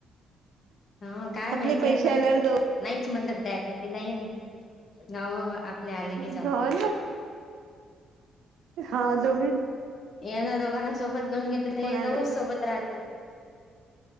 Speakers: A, on the left; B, on the right.
A: हो काय
B: आपले
A: माहिती
B: पैसे
A: आता
B: आल्यार दो
A: <unintelligible> नाही नाही न बाबा आपले आले
B: हो
A: की जाऊ
B: ना हा दोन
A: यांना दोघांना सोबत घेऊन गेले तर
B: कोणा
A: हे दोघंच सोबत राहतील